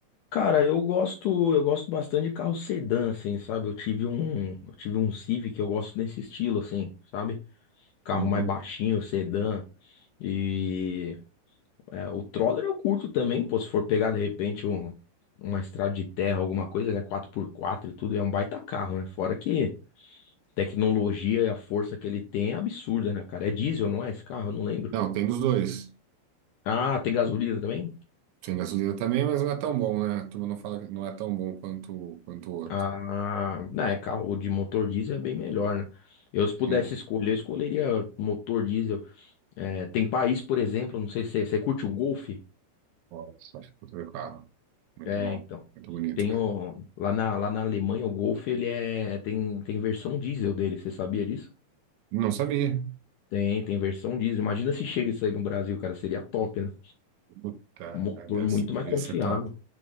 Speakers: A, on the left (about 70°); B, on the right (about 85°).
A: Cara, eu gosto, eu gosto bastante de carro sedã, assim, sabe? Eu tive um, eu tive um Civic, eu gosto desse estilo, assim, sabe? Carro
B: Uhum.
A: mais baixinho, sedã. E é, o Troller eu curto também, pô. Se for pegar de repente um, uma estrada de terra, alguma coisa, ele é quatro por quatro e tudo, é um baita carro, né? Fora que tecnologia e a força que ele tem é absurda, né, cara? É diesel, não é esse carro? Eu não lembro.
B: Não, tem dos dois.
A: Ah, tem gasolina também?
B: Tem gasolina também, mas não é tão bom, né? A turma não fala que não é tão bom quanto, quanto o outro.
A: Ah, não, é carro de motor diesel é bem melhor, né? Eu, se pudesse
B: Sim.
A: escolher, eu escolheria motor diesel. É, tem país, por exemplo, não sei se você você curte o Golf.
B: Nossa, acho que eu tô vendo o carro. Muito
A: É,
B: bom.
A: então.
B: Muito bonito,
A: Tem
B: velho.
A: o, lá na, lá na Alemanha, o Golf, ele é, tem, tem versão diesel dele, você sabia disso?
B: Não sabia.
A: Tem, tem versão diesel. Imagina se chega isso aí no Brasil, cara, seria top, né?
B: Puta,
A: Motor
B: cara, deve
A: muito
B: ser, devia
A: mais confiável.
B: ser top.